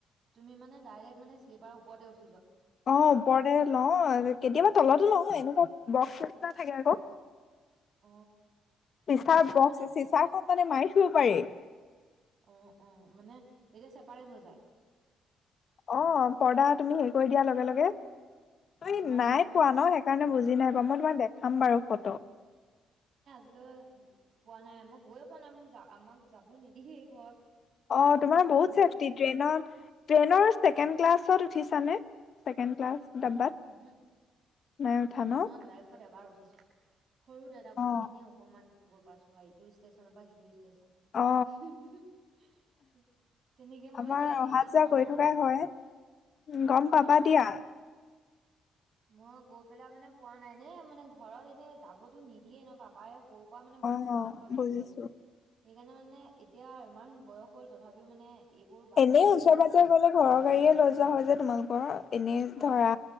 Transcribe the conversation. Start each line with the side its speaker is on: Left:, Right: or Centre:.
Right: তুমি মানে ডাইৰেক্ট মানে শ্লিপাৰৰ ওপৰতে উঠ
Left: অ', ওপৰতে লওঁ, কেতিয়াবা তলতো লওঁ, এনেকুৱা বক্স নিচিনা থাকে আকৌ।
Right: অ
Left: চিচাৰ
Right: তাৰপিছত
Left: বক্স
Right: মানে
Left: চিচাৰখন মানে মাৰি থ'ব পাৰি।
Right: অ', অ' মানে তেতিয়া চেপাৰেট হৈ যায়।
Left: অ', পৰ্দা তুমি হেৰি কৰি দিয়া লগে, লগে।
Right: অ
Left: মি
Right: তোমাৰ
Left: নাই
Right: ৰুমটো মানে
Left: পোৱা
Right: এক্সট্ৰা
Left: ন? সেইকাৰণে বুজি নাই
Right: উহু
Left: পোৱা, মই তোমাৰ দেখাম বাৰু ফটো।
Right: অ <unintelligible> পোৱা নাই, মই গৈয়ে পোৱা নাই, মোক আমাক যাব নিদিয়েই ঘৰত।
Left: অ', তোমাৰ বহুত
Right: পাগলা
Left: চেছফটি
Right: হৈ যাব
Left: ট্ৰেইনত, ট্ৰেইনৰ ছেকেড ক্লাছত উঠিছানে? Second class? ডাব্বাত
Right: <unintelligible>
Left: নাই উঠা
Right: মই ট্ৰেইনত
Left: ন
Right: লাইফত এবাৰ উঠ চো, সৰুতে তাকো
Left: অ
Right: এনেই অকনমান গৈ পাইছোঁ, আৰু ইটোৰ ষ্টেচনৰ পৰা সিটো ই
Left: অ
Right: <unintelligible> তেনেকে মই
Left: আমাৰ
Right: এনেই
Left: অহা
Right: উঠি
Left: যোৱা
Right: পোৱা
Left: কৰি
Right: নাই।
Left: থকাই হয় গম পাবা
Right: অ
Left: দিয়া
Right: মই গৈ পেলাই মানে পোৱা নাই নে মানে ঘৰত এনে যাবতো নিদিয়ে ন পাবাই। সৰুৰ পৰা মানে
Left: অ
Right: বহুত বান্ধত ৰাখিলে।
Left: বুজিছো
Right: সেইকাৰণে মানে এতিয়া ইমান বয়স হ'ল তথাপিও মানে এইবোৰ বাহিৰা
Left: এনেই
Right: এক্সপিৰিয়েঞ্চ
Left: ওচৰ পাজৰে গলে ঘৰৰ গাড়ীয়ে লৈ যোৱা হয় যে তোমালোকৰ এনেই
Right: অ
Left: ধৰা